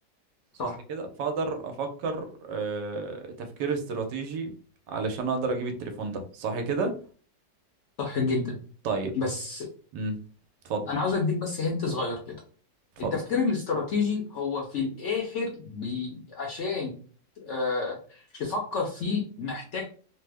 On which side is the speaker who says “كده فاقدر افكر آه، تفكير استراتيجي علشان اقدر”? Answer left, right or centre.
Right